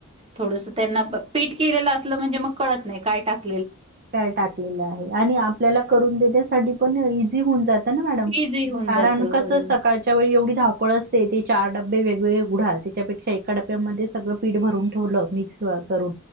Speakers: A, on the right (about 25°); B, on the right (about 45°).
A: थोडंसं त्यांना पीठ केलेलं असलं म्हणजे मंग कळतं नाहीं कायं टांकू.
B: कायं टाकलेलं आहे आणि आपल्यांला करूंन देण्यांसांठी पंण हे होऊंन जातां नां मॅडम
A: इझी होऊन
B: कारणं.
A: जातं
B: त्यांच
A: बरोबर
B: वेळी एवढी धापळ असतें ते चार डबे वेगवेगळे उघडा त्यांच्यापेक्षा एका डब्यांमध्ये सगळं पीठ भरूंन ठेवलं मी. सुरवांतकरू